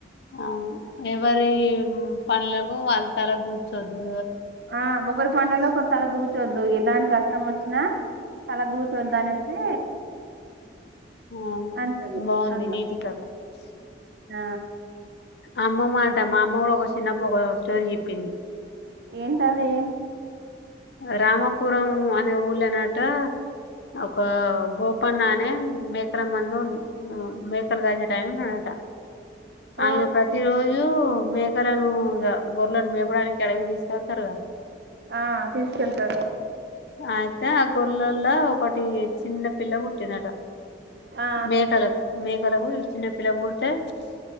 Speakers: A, on the left; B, on the right.
A: ఆ ఎవరి పన్లకు వాళ్ళ తల దూర్చొద్దు.
B: ఆ ఒకరి పండలో ఒకరు తల దూర్చొద్దు ఎలాంటి కష్టం వచ్చినా తల దూర్చద్దు అనేసి
A: ఆ
B: అంటది
A: బాగుంది
B: అట్లా
A: నీతి కథ
B: ఆ
A: అమ్మ మాట మా అమ్మ కూడా ఒక చిన్నప్పు ఒక స్టోరీ చెప్పింది.
B: ఏంటదీ
A: రామాపురం అనే ఊ లేనటా ఒక గోపన్నా అనే మేకల మందు మేకలుగాజే టట్టున్నాడట
B: ఆ
A: ఆయన ప్రతి రోజు జూ మేకలను గొర్రలను మేపడానికి అడవికి తీసుకెళ్తారుగా
B: ఆ తీసుకెళ్తారు
A: అయితే ఆ గొర్లల్లో ఒకటి చిన్న పిల్ల పుట్టినడట
B: ఆ
A: మేకలకు మేకలకు చిన్నపిల్ల పుడితే